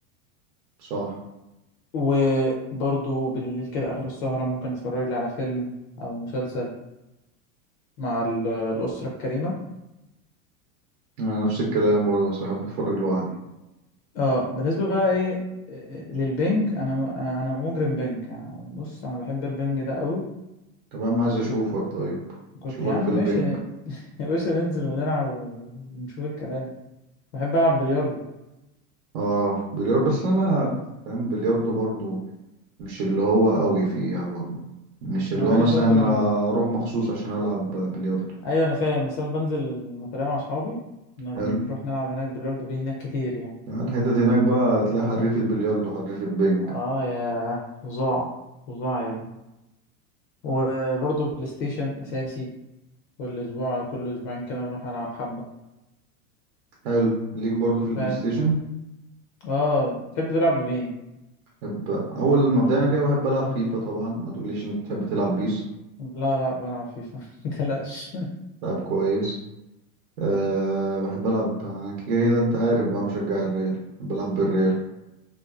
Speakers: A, on the right; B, on the left.
A: صح
B: وبرضو بالليل كده آخر السهرة ممكن أتفرج لي على فيلم أو مسلسل مع ال- الأسرة الكريمة
A: أنا نفس الكلام برضه بس بحب أتفرج لوحدي
B: اه بالنسبة بقى إيه آه، للبنج أنا م- أنا أنا مجرم بنج أنا بص أنا بحب البنج ده قوي
A: طب يا عم عايز أشوفك
B: كنت
A: طيب
B: كنت
A: أشوفك
B: يا عم
A: في
B: ماشي
A: البنك
B: <laughs> يا باشا ننزل ونلعب ونشوف الكلام بحب ألعب بلياردو
A: آه بلياردو بس أنا بقى فاهم بلياردو برضه مش اللي هو قوي فيها برضه مش اللي
B: أنا بقالي
A: هو مثلا
B: فترة
A: أنا أروح مخصوص عشان ألعب بلياردو
B: ايوه انا فاهم بس انا بنزل المطريه مع اصحابي كنا
A: حلو
B: بنروح نلعب هناك بلياردو في هناك كتير يعني
A: يعني الحتت هناك بقى تلاقي حريفة بلياردو حريفة بنك
B: اه يا فظاع فظاع يا ابني وبرضه بلاي ستيشن اساسي كل اسبوع أو كل اسبوعين كده بنروح العب حبه
A: حلو ليك برضه في البلاي
B: فاهم
A: ستيشن
B: اه تحب تلعب بمين
A: بحب أول ما بدأنا كده بحب ألعب فيفا طبعا ما تقوليش أنت تحب تلعب بيس
B: لا لا بلعب فيفا <laughs> متقلقش
A: لعب كويس أه بحب ألعب كده أنت عارف بقى مشجع الريال بحب ألعب بالريال